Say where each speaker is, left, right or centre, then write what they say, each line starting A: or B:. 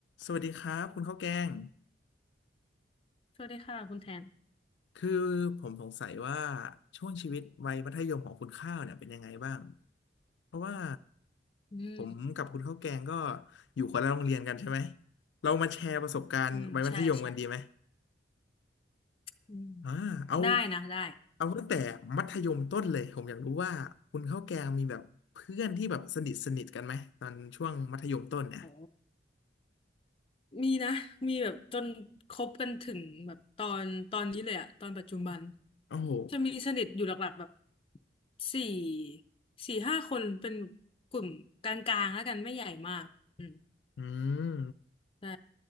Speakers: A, on the left (about 80°); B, on the left (about 30°).
A: สวัสดีครับคุณข้าวแกง
B: สวัสดีค่ะคุณแทน
A: คือผมสงสัยว่าช่วงชีวิตวัยมัธยมของคุณข้าวเนี่ยเป็นยังไงบ้าง เพราะว่า
B: อืม
A: ผมกับคุณข้าวแกงก็อยู่คนละโรงเรียนกันใช่ไหมเรามาแชร์ประสบการณ์วัยมัธยมกันดีไหม
B: อืมใช่ใช่อืม
A: อ่าเอา
B: ได้นะได้
A: เอาตั้งแต่มัธยมต้นเลย ผมอยากรู้ว่าคุณข้าวแกงมีแบบเพื่อนที่แบบสนิทสนิทกันไหมตอนช่วงมัธยมต้นเนี่ย
B: โอ้มีนะมีแบบจนคบกันถึงแบบตอนตอนนี้เลยอะตอนปัจจุบัน
A: โอ้โห
B: จะมีสนิทอยู่หลักๆแบบสี่สี่ห้าคนเป็นกลุ่มกลางๆแล้วกันไม่ใหญ่มากอืม
A: อืม
B: ใช่